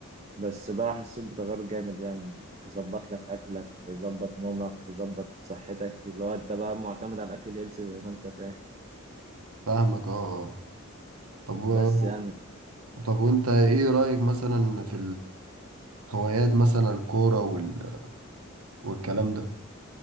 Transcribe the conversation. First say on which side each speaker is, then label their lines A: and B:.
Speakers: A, on the right; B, on the right.
A: بس بقى حسيت بتغير جامد يعني يظبط لك اكلك يظبط نومك يظبط صحتك اللي هو انت بقى معتمد على الاكل الهيلثي زي ما انت فاهم
B: فاهمك اه اه طب و...
A: بس يعني
B: طب وانت ايه رأيك مثلا في الهوايات مثلا الكورة وال... والكلام ده